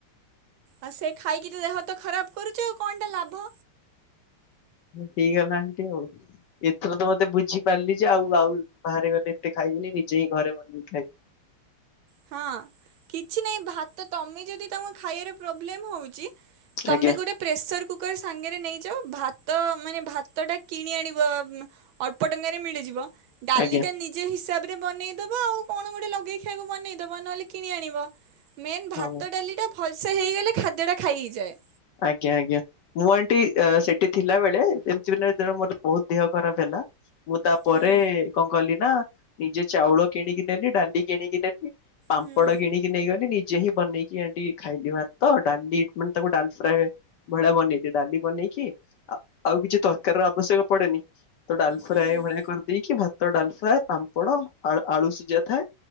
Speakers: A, on the right (about 75°); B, on the left (about 65°).
A: ଆଉ ସେ ଖାଇକିରି ଦେହ ତ ଖରାପ କରୁଚ ଆଉ କଣଟା ଲାଭ।
B: ଠିକ ହେଲାନି ଆଣ୍ଟି ଆଉ। ଏଥର ତ ମତେ ବୁଝିପାରିଲି ଯେ ଆଉ ଆଉ ବାହାରେ ଗଲେ ଏତେ ଖାଇବିନି ନିଜେ ହିଁ ଘରେ ବନେଇକି ଖାଇବି।
A: ହଁ, କିଛି ନାହିଁ ଭାତ ତମେ ଯଦି ତମ ଖାଇଆରେ ପ୍ରୋବ୍ଲେମ ହଉଚି ତମେ
B: ଆଜ୍ଞା
A: ଗୋଟେ -- ପ୍ରେସର କୁକର ସାଙ୍ଗରେ ନେଇଯାଅ ଭାତ ମାନେ ଭାତ ଟା କିଣି ଆଣିବ- - ଅଳ୍ପ ଟଙ୍କାରେ ମିଳିଯିବ ଡାଲି
B: ଆଜ୍ଞା
A: ଟା ନିଜ ହିସାବରେ ବନେଇ ଦବ ଆଉ କଣ ଗୋଟେ ଲଗେଇ ଖାଇବ। ବନେଇଦବ ନହେଲେ କିଣି ଆଣିବ ମେନ୍ ଭାତ
B: ହଁ।
A: ଡାଲିଟା ଭଲସେ ହେଇଗଲେ ଖାଦ୍ୟଟା ଖାଇ ହେଇଯାଏ।
B: ଆଜ୍ଞା ଆଜ୍ଞା। ମୁଁ ଆଣ୍ଟି ଏଁ। ସେଠି ଥିଲା ବ। ଳେ ଏମିତି ବି ଦେହ ମୋର ବହୁତ ଦେହ ଖରାପ ହେଲା ମୁଁ ତାପରେ
A: ହୁଁ
B: କଣ କଲିି ନା ନିଜେ ଚାଉଳ କିଣିକି ନେଲି। ଡାଲି କିଣିକି ନେଲି। ପାମ୍ପଡ
A: ହୁଁ
B: କିଣିକି ନେଇ ଗଲି ନିଜେ ହିଁ ବନେଇକି ଆଣ୍ଟି ଖାଇଲି ଭାତ ଡାଲି ମାନେ ତାକୁ ଡାଲ ଫା ଫ୍ରାଏ ଭଳିଆ ବନେଇଛି ଡାଲି ବନେଇକି ଆ ଆଉ କିଛି ତରକାରୀର ଆବଶ୍ୟକ ପଡେନି। ତ ଡାଲ ଫ୍ରାଏ
A: ହୁଁ
B: ଭଳିଆ କରିଦେଇକି ଭାତ ଡାଲ ଫ୍ରାଏ ପାମ୍ପଡ ଆଳ ଆଳୁ ସିଝା ଥାଏ